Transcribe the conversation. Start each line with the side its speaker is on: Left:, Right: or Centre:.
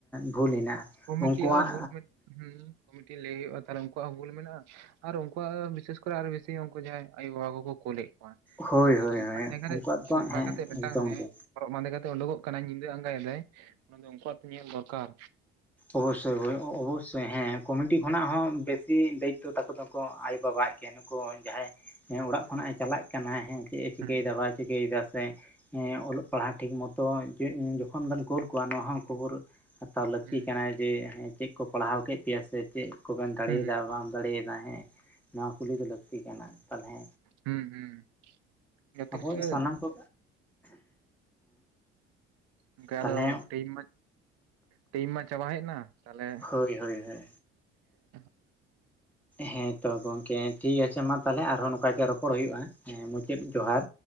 Centre: ᱵᱷᱩᱞ ᱦᱮᱱᱟᱜᱼᱟ
Right: ᱠᱚᱢᱤᱴᱤᱭᱟᱜ
Centre: ᱩᱱᱠᱩᱣᱟᱜ
Right: ᱦᱚᱸ ᱵᱷᱩᱞ ᱦᱩ ᱠᱚᱢᱤᱴᱤ ᱞᱟᱹᱭ ᱦᱩᱭᱩᱜᱼᱟ ᱛᱟᱦᱚᱞᱮ ᱩᱱᱠᱩᱣᱟᱜ ᱦᱚᱸ ᱵᱷᱩᱞ ᱢᱮᱱᱟᱜᱼᱟ ᱟᱨ ᱩᱱᱠᱩᱣᱟᱜ ᱵᱤᱥᱮᱥ ᱠᱚᱨᱮ ᱟᱨ ᱵᱮᱥᱤ ᱩᱱᱠᱩ ᱡᱟᱦᱟᱸᱭ ᱟᱭᱩ ᱵᱟᱵᱟ ᱠᱚᱠᱚ ᱠᱳᱞᱮᱫ ᱠᱚᱣᱟ
Centre: ᱦᱳᱭ
Right: ᱩᱱᱠᱩ
Centre: ᱦᱳᱭ
Right: ᱫᱚ ᱚᱱᱠᱟ
Centre: ᱦᱳᱭ
Right: ᱡᱟᱭᱜᱟᱟᱨ
Centre: ᱩᱱᱠᱩᱣᱟᱜ
Right: ᱨᱮ
Centre: ᱫᱚ
Right: ᱚᱱᱠᱟ
Centre: ᱦᱮᱸ
Right: ᱠᱟᱛᱮᱫ ᱢᱤᱫᱴᱟᱝ
Centre: ᱮᱠᱫᱚᱢ
Right: ᱦᱮᱸ
Centre: ᱜᱮ
Right: ᱦᱚᱨᱚᱜ ᱵᱟᱸᱫᱮ ᱠᱟᱛᱮ ᱩᱰᱩᱠᱚᱜ ᱠᱟᱱᱟᱭ ᱧᱤᱫᱟᱹ ᱟᱸᱜᱟᱭᱫᱟᱭ ᱚᱱᱟ ᱫᱚ ᱩᱱᱠᱩᱣᱟᱜ ᱛᱮ ᱧᱮᱞ ᱫᱚᱨᱠᱟᱨ
Centre: ᱚᱵᱚᱥᱥᱳᱭ ᱦᱳᱭ ᱚᱵᱚᱥᱥᱳᱭ ᱦᱮᱸ ᱠᱚᱢᱤᱴᱤ ᱠᱷᱚᱱᱟᱜ ᱦᱚᱸ ᱵᱮᱥᱤ ᱫᱟᱭᱤᱛᱛᱚ ᱛᱟᱠᱚ ᱫᱚ ᱱᱩᱠᱩ ᱟᱭᱳᱼᱵᱟᱵᱟ ᱟᱜ ᱜᱮ ᱱᱩᱠᱩ ᱡᱟᱦᱟᱸᱭ ᱦᱮᱸ ᱚᱲᱟᱜ ᱠᱷᱚᱱᱟᱜᱼ
Right: ᱦᱩᱸ
Centre: ᱮ ᱪᱟᱞᱟᱜ ᱠᱟᱱᱟ ᱦᱮᱸ ᱪᱮᱫ ᱮ ᱪᱤᱠᱟᱹᱭᱮᱫᱟ
Right: ᱦᱩᱸ
Centre: ᱵᱟᱭ ᱪᱤᱠᱟᱹᱭ ᱫᱟ ᱥᱮ ᱚᱞᱚᱜ ᱯᱟᱲᱦᱟᱜ ᱴᱷᱤᱠ ᱢᱚᱛᱚ ᱡᱚᱠᱷᱚᱱ ᱵᱮᱱ ᱠᱳᱞ ᱠᱚᱣᱟ ᱱᱚᱣᱟ ᱦᱚᱸ ᱠᱷᱚᱵᱚᱨ ᱦᱟᱛᱟᱣ ᱞᱟᱠ
Right: ᱦᱩᱸ
Centre: ᱛᱤ ᱠᱟᱱᱟ ᱡᱮ ᱦᱮᱸ ᱪᱮᱫ ᱠᱚ ᱯᱟᱲᱦᱟᱣ ᱠᱮᱫ ᱯᱮᱭᱟ ᱥᱮ ᱪᱮᱫ ᱠᱚᱵᱮᱱ ᱫᱟᱲᱮᱭᱟᱫᱟ
Right: ᱦᱩᱸ
Centre: ᱵᱟᱢ ᱫᱟᱲᱮᱭᱟᱫᱟ ᱦᱮᱸ ᱱᱚᱣᱟ ᱠᱩᱞᱤ ᱫᱚ ᱞᱟᱹᱠᱛᱤ ᱠᱟᱱᱟ ᱛᱟᱦᱚᱞᱮ
Right: ᱦᱩᱸ ᱦᱩᱸ ᱡᱷᱚᱛᱚ
Centre: ᱟᱵᱚ
Right: ᱠᱤᱪᱷᱩ ᱜᱮ ᱦᱮᱸ
Centre: ᱥᱟᱱᱟᱢ ᱠᱚ
Right: ᱜᱚᱢᱠᱮ
Centre: ᱛᱟᱦᱚᱞᱮ
Right: ᱟᱫᱚ ᱴᱟᱭᱤᱢ ᱢᱟ ᱴᱟᱭᱤᱢ ᱢᱟ ᱪᱟᱵᱟ ᱦᱮᱡ ᱮᱱᱟ ᱛᱟᱦᱞᱮ
Centre: ᱦᱳᱭ ᱦᱳᱭ ᱦᱳᱭ
Right: <inaudible>
Centre: ᱦᱮᱸ ᱛᱚ ᱜᱚᱝᱠᱮ ᱴᱷᱤᱠ ᱟᱪᱷᱮ ᱢᱟ ᱛᱟᱦᱚᱞᱮ ᱟᱨᱦᱚᱸ ᱱᱚᱝᱠᱟ ᱜᱮ ᱨᱚᱯᱚᱲ ᱦᱩᱭᱩᱜᱼᱟ ᱦᱮᱸ ᱢᱩᱪᱟᱹᱫ ᱡᱚᱦᱟᱨ